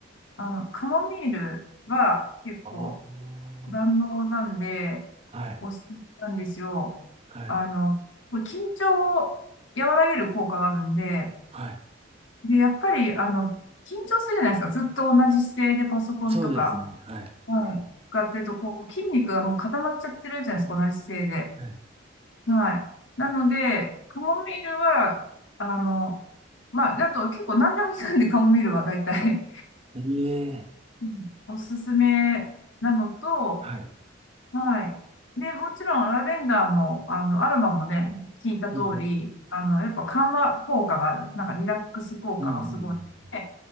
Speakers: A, on the left; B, on the right.
A: あの、カモミールは結構
B: ああ、
A: 万能なんで、
B: はい、
A: おすすめなんですよ。
B: はい、
A: あの、これ緊張を和らげる効果があるんで、
B: はい。
A: で、やっぱり、あの、緊張するじゃないですか。ずっと同じ姿勢でパソコンとか、
B: そうですね。はい。
A: はい。かっていうと、こう、筋肉がもう固まっちゃってるじゃないですか、同じ姿勢で。
B: はい
A: はい。なので、カモミールは、あの、まあ、だと結構何でも効くんで、カモミールは大体、
B: ええ。
A: うんおすすめなのと、
B: はい。
A: はい。で、もちろん、ラベンダーも、あの、アロマもね、聞いた通り、
B: うんうん
A: あの、やっぱ緩和効果がある。なんかリラックス効果がすごいので、
B: うん。うんうんうんうん。